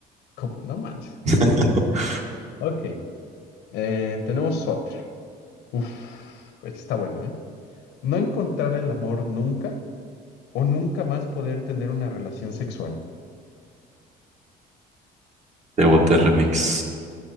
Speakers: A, on the left (about 85°); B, on the right (about 45°).
A: Como, no manches.
B: <laughs>
A: Ok, eh, tenemos otra. Uf, este está bueno, ¿eh? No encontrar el amor nunca o nunca más poder tener una relación sexual.
B: De Boté Remix.